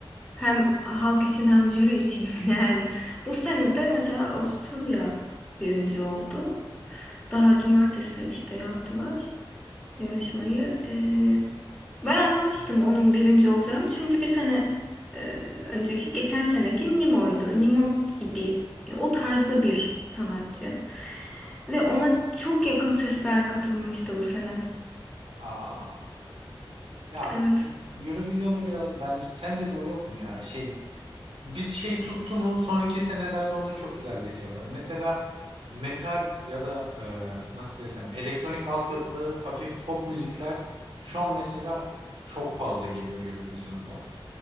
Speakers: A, in the centre; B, on the right.
A: Hem halk için hem jüri için <laughs> yani. Bu sene de mesela Avusturya birinci oldu. Daha cumartesi işte yaptılar yarışmayı. Ee, ben anlamıştım onun birinci olacağını. Çünkü bir sene e, önceki, geçen seneki Nemo'ydu. Nemo gibi e, o tarzda bir sanatçı. Ve ona çok yakın sesler katılmıştı bu sene.
B: Aa, ya
A: Evet.
B: Eurovision'da biraz bence sence de o yok mu ya şey bir şey tuttu mu sonraki senelerde onu çok ilerletiyorlar. Mesela metal ya da e, nasıl desem elektronik altyapılı hafif pop müzikler şu an mesela çok fazla geliyor Eurovision'da.